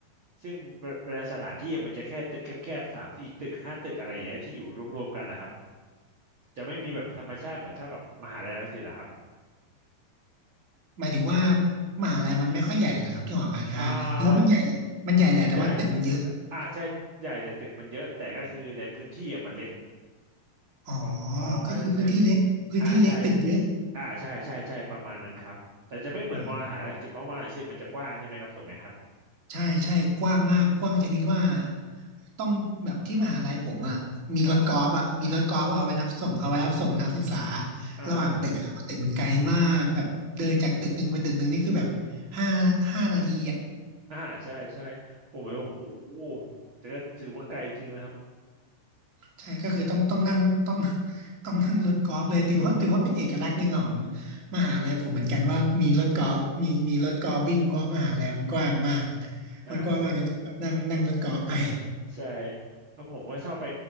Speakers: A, on the right; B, on the right.
A: ซึ่งเวเวลาสถานที่อะมันจะแค่ตึกแคบๆสามสี่ตึกห้าตึกอะไรอย่างเงี้ยที่อยู่รวมๆกันนะครับจะไม่มีแบบธรรมชาติเหมือนเท่ากับมหาลัยรังสิตนะครับ
B: หมายถึงว่ามหาลัยมันไม่ค่อยใหญ่เหรอครับที่หอการค้าหรือว่ามันใหญ่
A: อ่า
B: มันใหญ่แหละแต่ว่าตึกมันเยอะ
A: ใหญ่อ่าใช่ ใหญ่แต่ตึกมันเยอะ แต่ก็คือในพื้นที่อะมันเล็ก
B: อ๋อ
A: อ๋ออ๋อเขาจะใช่
B: ก็คือพื้นที่เล็กพื้นที่เล็กตึกเยอะ
A: อ่าใช่อ่าใช่ใช่ใช่ประมาณนั้นครับ แต่จะไม่เหมือนมออาหารนะสิบเพราะมออาหารสิบมันจะกว้างใช่ไหมครับถูกไหมครับ
B: อืม ใช่ใช่กว้างมากกว้างชนิดว่าต้องแบบที่มหาลัยผมอ่ะมีรถกอล์ฟอ่ะมีรถกอล์ฟเอาไว้รับส่งเอาไว้รับส่งนักศึกษา
A: ครับอ่า
B: ระหว่างตึกอ่ะเพราะตึกมันไกลมากแบบเดินจากตึกหนึ่งไปตึกหนึ่งนี่คือแบบห้าห้านาทีอ่ะ
A: อ่าใช่ใช่ผมแบบโอ้โหแต่ก็ถือว่าไกลจริงนะครับ
B: ใช่ก็คือต้องต้องนั่งต้องต้องนั่งรถกอล์ฟเลยถือว่าถือว่าเป็นเอกลักษณ์หนึ่งของมหาลัยผมเหมือนกันว่ามีรถกอล์ฟมีมีรถกอล์ฟวิ่งเพราะมหาลัยมันกว้างมาก
A: อ่า
B: มันกว้างว่างจะต้องแบบนั่งนั่งรถกอล์ฟไป
A: ใช่เพราะผมก็ชอบไป